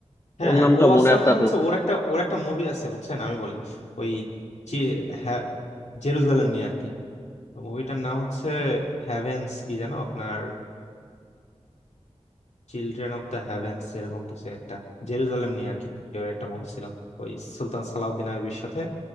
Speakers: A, on the left (about 75°); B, on the left (about 20°).
A: হ্যাঁ
B: ওর
A: হ্যাঁ
B: নামটা
A: ও আছে
B: মনে আসতেছে
A: আপনার হচ্ছে
B: না
A: ওর একটা ওর একটা মুভি আছে বুঝছেন আমি বলি ওই চি- হ্যাঁ জেরুজালেম নিয়ে আর কি মুভিটার নাম হচ্ছে হ্যাভেন্স কি জানো আপনার চিলড্রেন অফ দ্য হ্যাভেন্স এরকম কিছু একটা জেরুজালেম নিয়ে আর কি ওর একটা মুভি ছিল ওই সুলতান সালাউদ্দিন আইবির সাথে